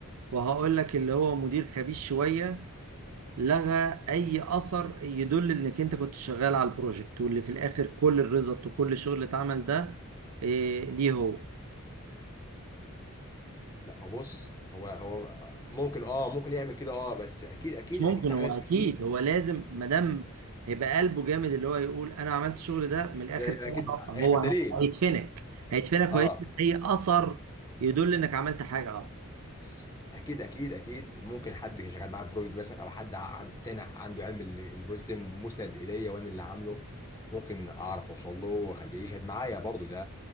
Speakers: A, on the right; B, on the left.
A: وهقول لك اللي هو مدير خبيث شوية لغى أي أثر يدل إنك أنت كنت شغال على البروجكت واللي في الآخر كل الريزلت وكل الشغل اللي اتعمل ده إيه ليه هو
B: لا هو بص هو هو ممكن اه ممكن يعمل كده اه بس اكيد اكيد
A: مش ممكن
B: اكيد في
A: هو
B: حاجات
A: اكيد
B: في
A: هو لازم ما دام هيبقى قلبه جامد اللي هو يقول انا عملت الشغل ده من الاخر
B: اكيد
A: كده هو
B: هيخفي الدليل
A: هيدفنك هيدفنك
B: اه
A: وهيدفن اي اثر يدل انك عملت حاجه اصلا
B: بس اكيد اكيد اكيد ممكن حد كان شغال معاه في بروجكت مثلا او حد عن تاني عنده علم ال- البروجكت مسند اليا وانا اللي عامله ممكن اعرف اوصل له واخليه يشهد معايا برضو ده